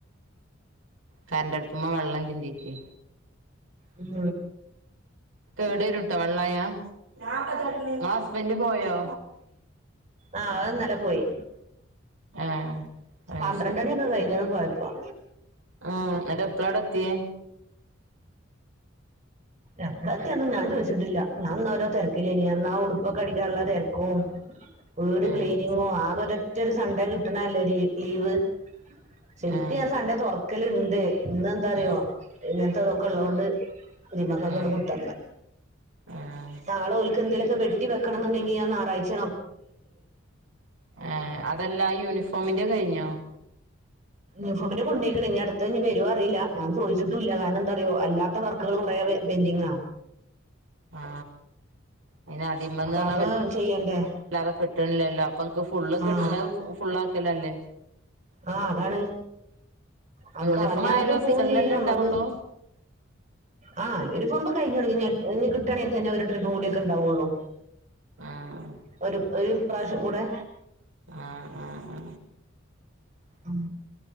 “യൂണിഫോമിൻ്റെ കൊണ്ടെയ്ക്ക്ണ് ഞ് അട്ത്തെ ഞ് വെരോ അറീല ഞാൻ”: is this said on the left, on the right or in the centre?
Right